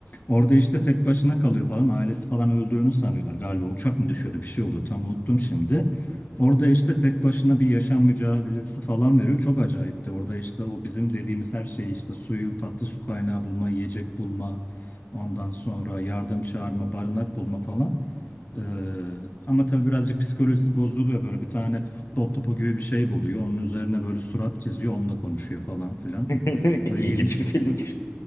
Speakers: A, on the left (about 40°); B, on the left (about 80°).
A: Orada işte tek başına kalıyor falan ailesi falan öldüğünü sanıyorlar. Galiba uçak mı düşüyordu bir şey oluyor tam unuttum şimdi. Orada işte tek başına bir yaşam mücadelesi falan veriyor. Çok acayipti. Orada işte o bizim dediğimiz her şey işte suyu, tatlı su kaynağı bulma, yiyecek bulma, ondan sonra yardım çağırma, barınak bulma falan. Ee, ama tabii birazcık psikolojisi bozuluyor. Böyle bir tane futbol topu gibi bir şey buluyor. Onun üzerine böyle surat çiziyor. Onunla konuşuyor falan filan.
B: <laughs>
A: Böyle
B: İlginç
A: ilgi...
B: bir filmmiş.